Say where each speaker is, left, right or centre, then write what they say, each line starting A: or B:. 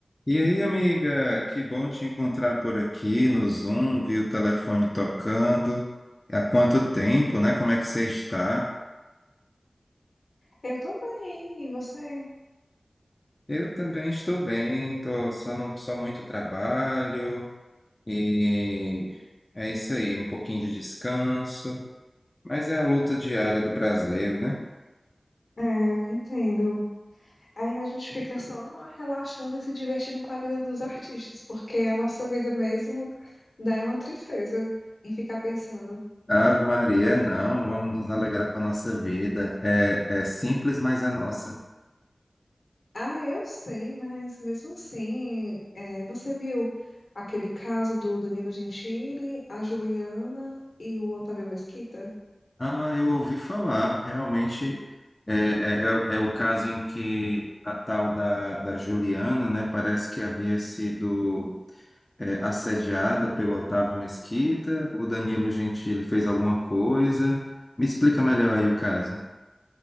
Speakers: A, on the left (about 30°); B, on the left (about 75°).
A: E aí, amiga, que bom te encontrar por aqui no Zoom, vi o telefone tocando. Há quanto tempo, né? Como é que você está?
B: Eu tô bem, e você?
A: Eu também estou bem, tô só no, só muito trabalho e é isso aí, um pouquinho de descanso, mas é a luta diária do brasileiro, né?
B: É, eu entendo. Aí a gente fica só relaxando e se divertindo com a vida dos artistas, porque a nossa vida mesmo dá uma tristeza em ficar pensando.
A: Ave Maria, não, vamos nos alegrar com a nossa vida. É, é simples, mas é nossa.
B: Ah, eu sei, mas mesmo assim, é, você viu aquele caso do Danilo Gentili, a Juliana e o Otávio Mesquita?
A: Ah, eu ouvi falar, realmente é, é, é- é o caso em que a tal da, da Juliana, né, parece que havia sido é, assediada pelo Otávio Mesquita, o Danilo Gentili fez alguma coisa. Me explica melhor aí o caso.